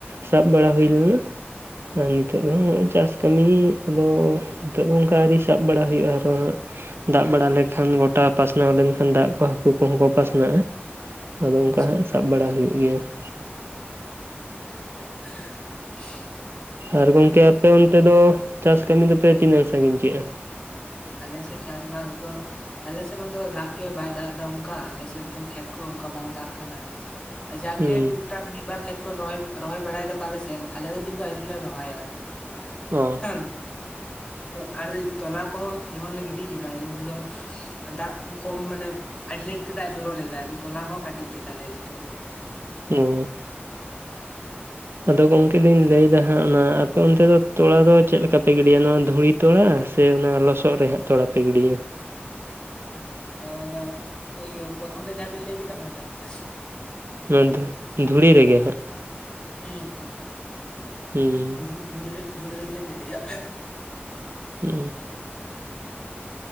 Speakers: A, on the right; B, on the left.
A: ᱥᱟᱵ ᱵᱟᱲᱟ ᱦᱩᱭ ᱞᱮᱱᱟ, ᱟᱨ ᱱᱤᱛᱚᱜ ᱦᱚᱸ ᱱᱚᱜᱼᱚᱭ ᱪᱟᱥ ᱠᱟᱹᱢᱤ ᱟᱫᱚ ᱱᱤᱛᱚᱜ ᱫᱚ ᱚᱱᱠᱟ ᱟᱹᱣᱨᱤ ᱥᱟᱵ ᱵᱟᱲᱟ ᱦᱩᱭᱩᱜᱼᱟ ᱟᱨᱚ ᱦᱟᱸᱜᱼᱼ ᱫᱟᱜ ᱵᱟᱲᱟ ᱞᱮᱠᱷᱟᱱ ᱜᱚᱴᱟ ᱯᱟᱥᱱᱟᱣ ᱞᱮᱱᱠᱷᱟᱱ ᱫᱟᱜ ᱠᱚ ᱦᱟᱹᱠᱩ ᱠᱚᱦᱚᱸ ᱠᱚ ᱯᱟᱥᱱᱟᱜᱼᱟ᱾ ᱟᱫᱚ ᱚᱱᱠᱟ
B: ᱟᱪᱪᱷᱟ
A: ᱦᱟᱸᱜ ᱥᱟᱵ ᱵᱟᱲᱟ ᱦᱩᱭᱩᱜ ᱜᱮᱭᱟ ᱾
B: ᱦᱮᱸ ᱛᱚ <inaudible> ᱾
A: ᱟᱨ ᱜᱚᱢᱠᱮ ᱟᱯᱮ ᱚᱱᱛᱮ ᱫᱚ ᱪᱟᱥ ᱠᱟᱹᱢᱤ ᱫᱚᱯᱮ ᱛᱤᱱᱟᱹᱜ ᱥᱟᱺᱜᱤᱧ ᱠᱮᱜᱼᱟ?
B: ᱟᱞᱮ ᱥᱮᱜ ᱪᱟᱥ ᱵᱟᱥ ᱫᱚᱼᱼ ᱟᱞᱮ ᱥᱮᱜ ᱢᱟᱛᱚ ᱫᱟᱜ ᱜᱮ ᱵᱟᱭ ᱫᱟᱜ ᱮᱫᱟ, ᱚᱱᱠᱟ ᱟᱞᱮ ᱥᱮᱜ ᱫᱚ ᱠᱷᱮᱛ ᱠᱚ ᱚᱱᱠᱟ ᱵᱟᱝ ᱫᱟᱜ ᱠᱟᱱᱟ᱾ ᱡᱟᱜ
A: ᱦᱩᱸ
B: ᱜᱮ ᱴᱩᱠᱼᱼ ᱴᱟᱠ ᱢᱤᱜ ᱵᱟᱨ ᱠᱷᱮᱛ ᱠᱷᱚᱱ ᱨᱚᱦᱚᱭ, ᱨᱚᱦᱚᱭ ᱵᱟᱲᱟᱭᱮᱫᱟ ᱠᱚ ᱟᱞᱮ ᱥᱮᱜ, ᱟᱞᱮ ᱫᱚ ᱠᱤᱱᱛᱩ ᱟᱹᱭᱨᱤ ᱞᱮ ᱨᱚᱦᱚᱭᱟ᱾
A: ᱚᱻ
B: <unintelligible> ᱟᱨ ᱛᱚᱞᱟ ᱠᱚ ᱦᱚ ᱡᱮᱢᱚᱱ ᱞᱮ ᱜᱤᱰᱤ ᱠᱮᱫᱟ ᱟᱫᱚ ᱩᱱ ᱫᱚᱼᱼ ᱫᱟᱜ ᱠᱚᱢ ᱢᱟᱱᱮ ᱟᱹᱰᱤ ᱞᱮᱴ ᱛᱮ ᱫᱟᱜ ᱮ ᱡᱚᱨᱚ ᱞᱮᱫᱟ, ᱟᱫᱚ ᱛᱚᱞᱟ ᱠᱚᱦᱚᱸ ᱠᱟᱴᱤᱡ ᱜᱮ ᱛᱟᱞᱮᱭᱟ ᱱᱚᱛᱮ ᱫᱚ᱾
A: ᱚᱸᱻ
B: <unintelligible>
A: ᱟᱫᱚ ᱜᱚᱝᱠᱮ ᱞᱤᱧ ᱞᱟᱹᱭᱮᱫᱟ ᱦᱟᱸᱜ ᱚᱱᱟ ᱟᱯᱮ ᱚᱱᱛᱮ ᱫᱚ ᱛᱚᱲᱟ ᱫᱚ ᱪᱮᱜ ᱞᱮᱠᱟ ᱯᱮ ᱜᱤᱰᱤᱭᱟ ᱱᱚᱣᱟ ᱫᱷᱩᱲᱤ ᱛᱚᱲᱟᱼᱼ ᱥᱮ ᱚᱱᱟ ᱞᱚᱥᱚᱜ ᱨᱮ ᱦᱟᱸᱜ ᱛᱷᱚᱲᱟ ᱯᱮ ᱜᱤᱰᱭᱟ᱾
B: ᱚᱸ ᱚᱱᱟ ᱤᱭᱟᱹ ᱯᱨᱚᱛᱚᱢ ᱨᱮ ᱡᱟᱦᱟᱸ ᱵᱤᱱ ᱞᱟᱹᱭ ᱠᱮᱫᱟ ᱚᱱᱟ ᱴᱟᱜ ᱾
A: ᱚᱱᱟ ᱫᱷᱩᱼᱫᱷᱩᱲᱤ ᱨᱮᱜᱮ ᱦᱟᱸᱜ?
B: ᱦᱩᱸ ᱦᱩᱸ ᱾
A: ᱦᱩᱸᱻ
B: ᱫᱷᱩ ᱫᱷᱩ ᱫᱷᱩᱲᱤ ᱨᱮ ᱫᱷᱩᱲᱤ ᱨᱮᱜᱮ ᱞᱮ ᱜᱤᱰᱤᱭᱟ᱾
A: ᱦᱩᱸᱜ ᱩᱸ